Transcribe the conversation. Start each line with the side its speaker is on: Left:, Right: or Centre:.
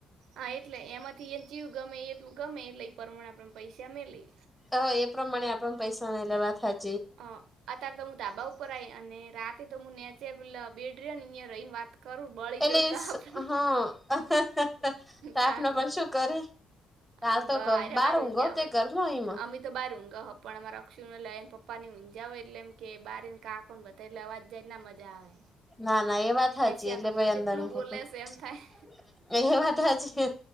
Right: હા એટલે એમાંથી એન ચેવું ગમે એટલું ગમે એટલે એ પરમાણે આપ પૈસા મેલી.
Centre: અ એ પ્રમાણે આપણ પૈસા મેંલે વાત હાચ
Right: અ અત્યારે તો હું ધાબા ઉપર આઈ અને રાતે તો હું નેચે બેડ રહ્યોને અહયા રહીને વાત કરું બળી
Centre: એટલે
Right: જવું તા
Centre: હ
Right: આપણને
Centre: <unintelligible>
Right: તારે
Centre: ખલો પણ શું કરે ચાલ
Right: અને
Centre: તો
Right: બ
Centre: ઘ
Right: આયરા
Centre: બાર હુંઘો
Right: ઊંઝા
Centre: તે
Right: હોય
Centre: ઘર મ ઈમ
Right: અમે તો બહાર ઊંઘા હો પણ અમા અક્ષય એટલે એને પપ્પાની ઊંજા હોય એટલે એમ કે બારેન કાકો ન બધા એટલે અવાજ જાય ન ના મજા આવે.
Centre: ના ના એ વાત હાચી
Right: કેશિયા
Centre: એટલે
Right: તો બઉ
Centre: ભાઈ
Right: જેટલું
Centre: અંદર ઊંઘું
Right: બોલે
Centre: પડ
Right: છે એમ થાય
Centre: એ વાત હાચી.